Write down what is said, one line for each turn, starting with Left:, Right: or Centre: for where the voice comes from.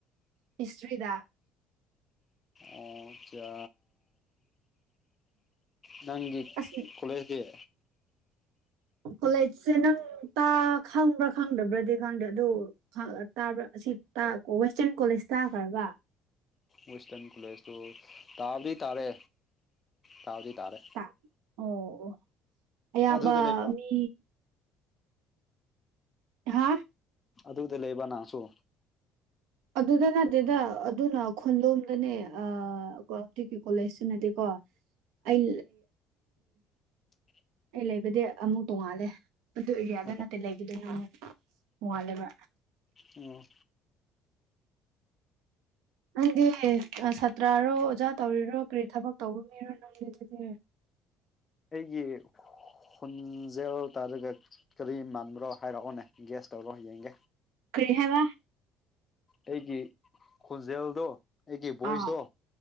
Right: ꯍꯤꯁꯇ꯭ꯔꯤꯗ
Left: ꯑꯣ ꯆꯥ ꯅꯪꯒꯤ
Right: ꯑꯁ
Left: ꯀꯂꯦꯗꯤꯦ
Right: ꯀꯣꯂꯦꯖꯁꯦ ꯅꯪ ꯇꯥ ꯈꯪꯕ꯭ꯔꯥ ꯈꯪꯗꯕ꯭ꯔꯗꯤ ꯈꯪꯗ꯭ꯔꯦ ꯑꯗꯨꯥꯕ꯭ꯔꯥ ꯑꯁꯤ ꯇꯣ ꯋꯦꯁꯇꯔꯟ ꯀꯣꯂꯦꯖ ꯇꯥꯈ꯭ꯔꯕ
Left: ꯋꯦꯁꯇꯔꯟ ꯀꯣꯂꯦꯖ ꯇ ꯇꯥꯕꯗꯤ ꯇꯥꯔꯦ ꯇꯥꯕꯗꯤ ꯇꯥꯔꯦ
Right: ꯇꯥ ꯑꯣ ꯑꯌꯥꯝꯕ
Left: ꯑꯗꯨꯗ ꯂꯩꯕ
Right: ꯃꯤ ꯍꯥꯥ
Left: ꯑꯗꯨꯗꯤ ꯂꯩꯕꯅꯁꯨ
Right: ꯑꯗꯨꯗ ꯅꯠꯇꯦꯗ ꯑꯗꯨꯅ ꯈꯨꯣꯟꯂꯣꯝꯗꯅꯦ ꯍꯧꯖꯤꯛꯀꯤ ꯀꯣꯂꯦꯖꯇ ꯅꯠꯇꯦꯀꯣ ꯑ
Left: ꯑ
Right: ꯑꯩ ꯂꯩꯕꯗꯤ ꯑꯃꯨꯛ ꯇꯣꯡꯉꯥꯜꯂꯦ ꯑꯗꯨ ꯑꯦꯔꯤꯌꯥꯗ
Left: ꯑꯣ
Right: ꯅꯠꯇꯦ ꯂꯩꯕꯗꯣꯏꯅ ꯑꯃꯨꯛ ꯃꯥꯂꯕ
Left: ꯎꯝ
Right: ꯅꯪꯗꯤ ꯁꯥꯇ꯭ꯔꯔꯣ ꯑꯣꯖꯥ ꯇꯧꯔꯤꯔꯣ ꯀꯔꯤ ꯊꯕꯛ ꯇꯧꯕ ꯃꯤꯔꯣ ꯅꯪꯒꯦ ꯑꯗꯨꯗꯤ <inaudible>
Left: ꯑꯩꯒꯤ ꯍꯨꯟꯖꯦꯜꯨ ꯇꯥꯔꯒ ꯀꯔꯤ ꯃꯥꯟꯕ꯭ꯔꯣ ꯍꯥꯏꯔꯛꯑꯣꯅꯦ ꯒ꯭ꯌꯥꯁ ꯇꯧꯔꯣ ꯌꯦꯡꯒꯦ
Right: ꯀꯔꯤ ꯍꯥꯏꯕ
Left: ꯑꯩꯒꯤ ꯈꯣꯟꯖꯦꯜꯗꯣ ꯑꯩꯒꯤ ꯚꯣꯏꯁꯇꯣ
Right: ꯑꯥ